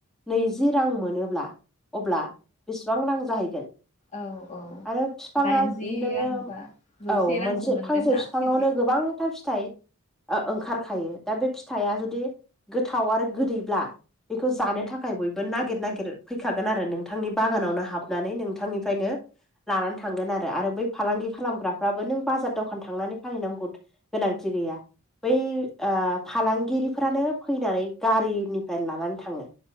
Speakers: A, in the centre; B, on the left (about 30°).
A: नैजि रां मोनोब्ला अब्ला बेसेबां रां जाहैगोन
B: औ औ
A: आरो बिफाङा
B: दाइनजि
A: नोङो
B: रां बा जौसे
A: औ
B: रांसो
A: मोनसे
B: मोनगोन
A: फांसे
B: ना
A: बिफाङावनो
B: केजियाव
A: गोबां थार फिथाइ ओ ओंखारखायो दा बे फिथाइया जुदि गोथाव आरो गोदैब्ला बेखौ जानो थाखाय बयबो नागिर नागिर फैखागोन आरो नोंथांनि बागानावनो हाबनानै नोंथांनिफ्रायनो लानानै थांगोन आरो आरो बै फालांगि खालामग्राफ्राबो नों बाजार दखान थांनानै फालिनांगौ गोनांथि गैया बै ओ फालांगिरिफ्रानो फैनानै गारिनिफ्राय लानानै थाङो।